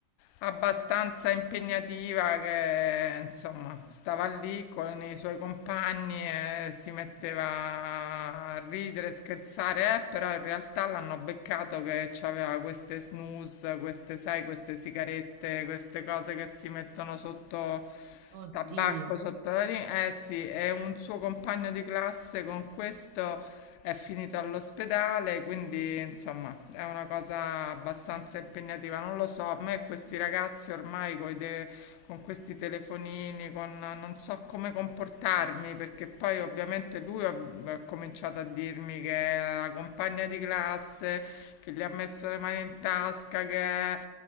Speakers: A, on the left; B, on the right.
A: abbastanza impegnativa che insomma stava lì con i suoi compagni e si metteva a ridere, scherzare, eh, però in realtà l'hanno beccato che aveva queste snus, queste, sai, queste sigarette, queste cose che si mettono sotto
B: Oddio.
A: Tabacco sotto la linea, eh sì, è un suo compagno di classe con questo è finito all'ospedale, quindi insomma è una cosa abbastanza
B: <laughs> Dio.
A: impegnativa. Non lo so, a me questi ragazzi ormai coi de- con questi telefonini, con, non so come comportarmi, perché poi ovviamente lui ha, ha cominciato a dirmi che è la compagna di classe, che gli ha messo le mani in tasca, che è...